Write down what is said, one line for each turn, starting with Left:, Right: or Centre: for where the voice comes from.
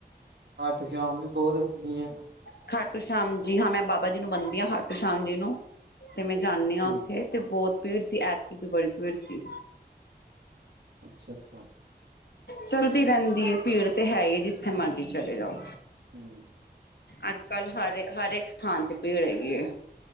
Right: ਅੱਠ ਸ਼ਾਮ ਨੂੰ ਬਹਤ ਗਰਮੀ ਏ।
Left: ਖਾਟੂ ਸ਼ਾਮ, ਜੀ ਹਾਂ, ਮੈਂ ਬਾਬਾ ਜੀ ਨੂੰ ਮੰਨਦੀ ਆਂ, ਖਾਟੂ ਸ਼ਾਮ ਜੀ ਨੂੰ, ਤੇ ਮੈਂ ਜਾਨੀ ਆਂ
Right: ਠੀਕ
Left: ਓੱਥੇ। ਤੇ ਬਹੁਤ ਭੀੜ ਸੀ, ਐਤਕੀ ਵੀ ਬੜੀ ਭੀੜ ਸੀ।
Right: ਅੱਛਾ, ਅੱਛਾ।
Left: ਸੱਲਦੀ ਰਹਿੰਦੀ ਏ, ਭੀੜ ਤੇ ਹੈ ਈ ਏ, ਜਿੱਥੇ ਮਰਜੀ ਚਲੇ ਜਾਓ।
Right: ਹੂੰ।
Left: ਅੱਜ-ਕੱਲ ਹਰ, ਹਰ ਏਕ ਸਥਾਨ ਚ ਭੀੜ ਹੈਗੀ ਏ।